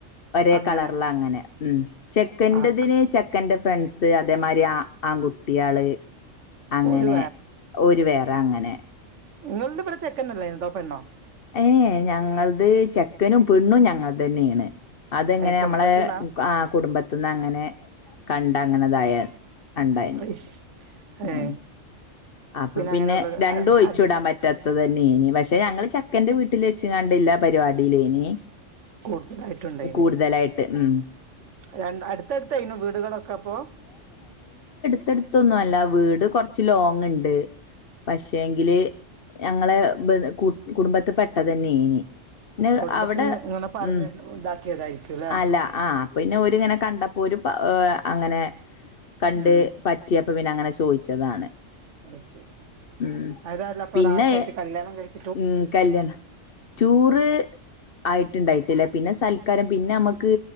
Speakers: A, on the left; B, on the right.
A: ഒരേ
B: അങ്ങനെ
A: കളറില അങ്ങനെ ഉ ചെക്കറതിന്
B: ആക്ക്
A: ചെക്കന്റെ ഫ്രണ്ട്സ് അതേമാരി ആ ആൺകുട്ടികള് അങ്ങനെ
B: ഓല്
A: ഒരു വേറെ അങ്ങനെ
B: നിങ്ങള ഇവിടെ ചെക്കനല്ലേ എന്തോപ്പണ്ണോ
A: ഏ ഞങ്ങളത് ചെക്കനും പെണ്ണും ഞങ്ങൾ തന്നെയാണ് അതെങ്ങനെ
B: ഏ കുടുംബത്ത്ന്നാ
A: നമ്മളെ ആ കുടുംബത്തി നിന്ന് അങ്ങനെ കണ്ട അങ്ങനെതായ അണ്ടായിനി
B: അയ്ശ് ഏ
A: ഉ അപ്പൊ പിന്നെ
B: അങ്ങനെള്ളത്
A: രണ്ടും
B: അ
A: ഒഴിച്ചു
B: അഡ്ജസ്റ്റ്
A: വിടാൻ പറ്റാത്തത് പിന്നനി പക്ഷെ ഞങ്ങള് ചെക്കന്റെ വീട്ടിൽ വെച്ച കണ്ടില്ല പരിപാടിയിലേനി
B: കൂടുതലായിട്ടുംണ്ടായിനെ
A: കൂടുതലായിട്ട് ഉം
B: രണ്ട് അടുത്തടുത്തയിനു വീടുകളൊക്കെപ്പോൊ
A: അത്തെടുത്തൊന്നും അല്ല വീട് കൊറച്ച് ലോങ് ഉണ്ട് പക്ഷേങ്കില് ഞങ്ങളെ കുടുംബത്തി പെട്ട തന്നെന് പിന്ന
B: കുടുംബത്തിന്ന്
A: അവിടെ
B: ഇങ്ങനെ പറഞ്ഞ്
A: ഉം
B: ഇതാക്കിയതായിരിക്കുംല്ലേ
A: അല്ല ആ അപ്പൊ പിന്നെ ഒരുങ്ങനെ കണ്ടപ്പോ ഒരു ഏ അങ്ങനെ കണ്ട്
B: ഉം
A: പറ്റിയപ്പോ പിന്നെ അങ്ങനെ ചോദിച്ചതാണ്
B: അ ശരി
A: ഉം
B: അതായല്ല അപ്പൊ
A: പിന്നെ
B: രാത് ആയിട്ട് കല്യാണം കഴിച്ച
A: ഉം കല്യാണം ചൂറ് ആയിട്ടുണ്ടായിട്ടില്ല പിന്നെ സൽക്കാരം പിന്നെ നമുക്ക്